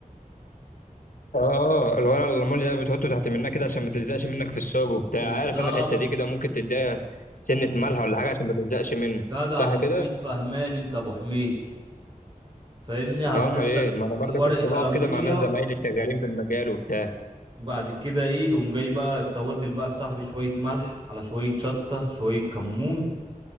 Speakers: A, on the left; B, on the right.
A: اه الورق الالماني ده بتحطه تحت منها كده عشان ما تلزقش منك في الساج وبتاع
B: بالظبط
A: عارف انا الحته دي كده ممكن تديها سنه ملح ولا حاجه عشان ما تلزقش منها
B: جدع
A: صح
B: ابو
A: كده
B: حميد فهمان انت ابو حميد فاهمني هفرش
A: اه امال ايه
B: لك
A: ما انا برضه
B: ورقه
A: كنت بقعد
B: المونيا
A: كده مع ناس زمايلي شغالين في المجال وبتاع
B: وبعد كده ايه قوم جاي بقى التوابل بقى صاحبي شويه ملح على شويه شطه شويه كمون